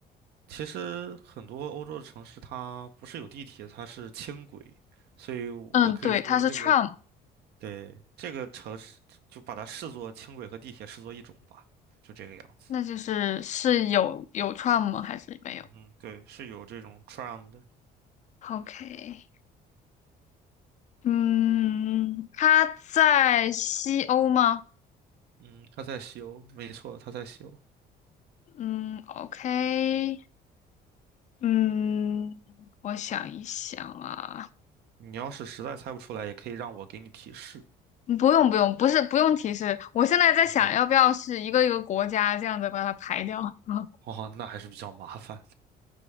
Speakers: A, on the right; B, on the left.
A: 其实很多欧洲的城市它不是有地铁，它是轻轨，所以我可以说这个，
B: 嗯，对，它是 tram，
A: 对，这个城市就把它视作轻轨和地铁视作一种吧，就这个样子。
B: 那就是是有有 tram 吗？还是没有
A: 嗯哼，对，是有这种 tram 的。
B: ？OK，嗯，它在西欧吗？
A: 嗯，他在西欧，没错，他在西欧。
B: 嗯，OK，嗯，我想一想啊，
A: 你要是实在猜不出来，也可以让我给你提示。
B: 嗯不用不用，不是不用提示，我现在在想要不要是一个一个国家这样子把它排掉。
A: 嗯，
B: <laughs> 嗯，
A: 哦，那还是比较麻烦。